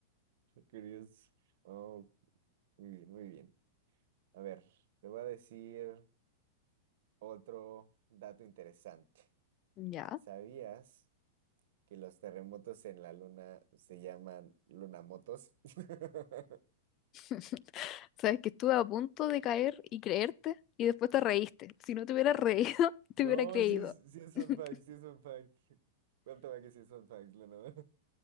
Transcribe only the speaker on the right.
Curioso. Oh, muy bien, muy bien. A ver, te voy a decir otro dato interesante.
¿Sabías que los terremotos en la Luna se llaman lunamotos? <laughs>
No,
sí es, sí es
fun fact, sí es fun fact. ¿Cuánto va que sí es fun fact, Luna?